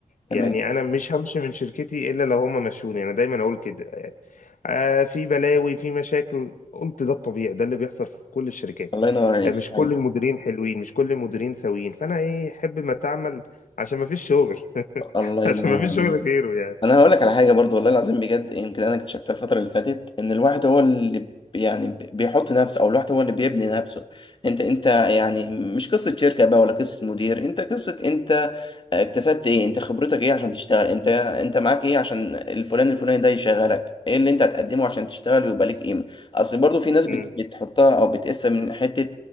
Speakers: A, on the left (about 75°); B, on the left (about 40°).
A: يعني
B: تمام
A: انا مش همشي من شركتي الا لو هما مشوني انا دايما اقول كده يعني آه في بلاوي في مشاكل قلت ده الطبيعي ده اللي بيحصل في كل الشركات
B: الله ينور عليك
A: آه مش
B: صحيح
A: كل المديرين حلوين مش كل المديرين سويين فانا ايه احب ما تعمل عشان ما فيش شغل <laughs>
B: الله
A: عشان
B: ينور
A: ما فيش
B: عليك
A: شغل غيره يعني
B: انا هقول لك على حاجه برضو والله العظيم بجد يمكن انا اكتشفتها الفتره اللي فاتت ان الواحد هو اللي ب- يعني ب- بيحط نفسه او الواحد هو اللي بيبني نفسه انت انت يعني مش قصه شركه بقى ولا قصه مدير انت قصه انت اكتسبت ايه انت خبرتك ايه عشان تشتغل انت انت معاك ايه عشان الفلان الفلاني ده يشغلك ايه اللي انت هتقدمه عشان تشتغل ويبقى ليك قيمه اصل برضو في ناس
A: مم.
B: بت... بتحطها او بتقيسها من حته